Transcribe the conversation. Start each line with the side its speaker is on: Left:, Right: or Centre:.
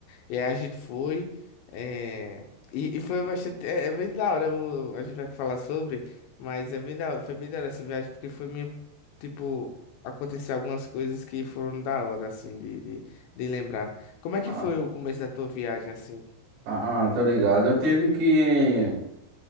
Left: E aí a gente foi. eh, E, e foi bastante. É, é bem da hora. eu vou- a gente vai falar sobre, mas é bem da hora. Foi bem da hora essa viagem, porque foi minha. Tipo, aconteceu algumas coisas que foram da hora, assim, de, de, de lembrar. Como é que
Right: Ah,
Left: foi o começo da tua viagem, assim?
Right: ah, ah, tô ligado. Eu tive que.